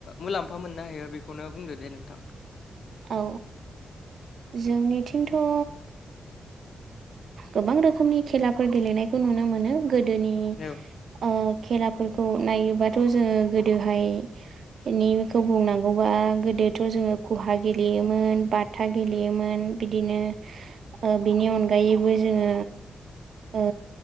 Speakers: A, on the left; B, on the right.
A: मुलाम्फा मोननो हायो बेखौनो बुंदो दे नोंथां
B: औ जोंनिथिंथ' ओ गोबां रोखोमनि खेलाफोर गेलेनायखौ नुनो मोनो गोदोनि
A: औ
B: ओ खेलाफोरखौ नायोबाथ' जोङो गोदोहाय इनिखौ बुंनांगौबा गोदोथ' जोङो खहा गेलेयोमोन बाथा गेलेयोमोन बिदिनो ओ बेनि अनगायैबो जोङो ओ